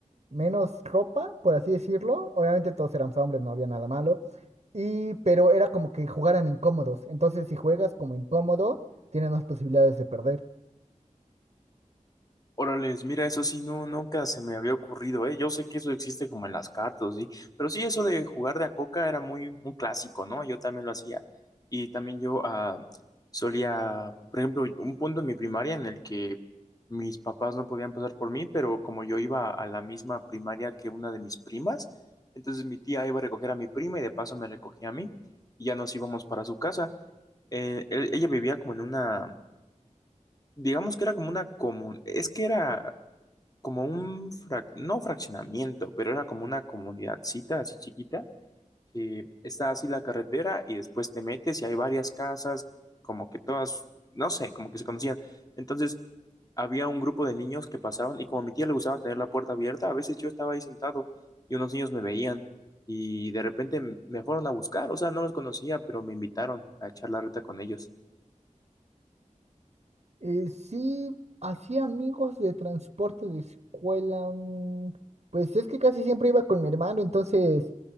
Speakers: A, on the right; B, on the left.
A: menos ropa, por así decirlo. Obviamente todos éramos hombres, no había nada malo. Y, pero era como que jugaran incómodos. Entonces si juegas como incómodo, tienes más posibilidades de perder.
B: Órales, mira, eso sí, no, nunca se me había ocurrido, ¿eh? Yo sé que eso existe como en las cartas, ¿sí? Pero sí, eso de jugar de a coca era muy, muy clásico, ¿no? Yo también lo hacía. Y también yo ah, solía, por ejemplo, un punto en mi primaria en el que mis papás no podían pasar por mí, pero como yo iba a la misma primaria que una de mis primas, entonces mi tía iba a recoger a mi prima y de paso me recogía a mí y ya nos íbamos para su casa. Eh, él- ella vivía como en una... Digamos que era como una común, es que era como un, frac- no fraccionamiento, pero era como una comunidadcita así chiquita, que está así la carretera y después te metes y hay varias casas, como que todas, no sé, como que se conocían. Entonces, había un grupo de niños que pasaban y como a mi tía le gustaba tener la puerta abierta, a veces yo estaba ahí sentado y unos niños me veían y de repente me fueron a buscar, o sea, no los conocía, pero me invitaron a echar la reta con ellos.
A: Eh, sí, hacía amigos de transporte de escuela. mm, Pues es que casi siempre iba con mi hermano, entonces